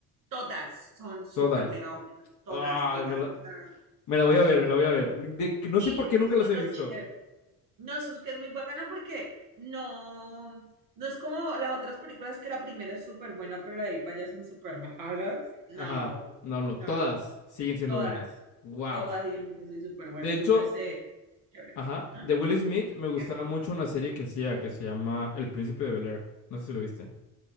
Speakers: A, on the right; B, on the left.
A: todas, son súper
B: Todas.
A: mega buenas. Todas,
B: Ay,
A: todas.
B: me la,
A: o sea,
B: me la voy a ver, me la voy a ver. De que no
A: sí,
B: sé por qué nunca
A: eso
B: las
A: es
B: he
A: lo
B: visto.
A: chévere. No, eso es que es muy bacana porque no, no es como las otras películas que la primera es súper buena, pero la de ahí para allá son súper malas. No,
B: Ajá. No, no,
A: no,
B: todas
A: no, no.
B: siguen siendo
A: Todas,
B: buenas. Wow.
A: todas siguen siendo súper buenas.
B: De hecho,
A: Entonces, eh, chévere.
B: ajá,
A: ¿Mm?
B: de Will Smith me gustaba
A: ¿Qué?
B: mucho una serie que hacía que se llama El Príncipe de Bel-Air. No sé si lo viste.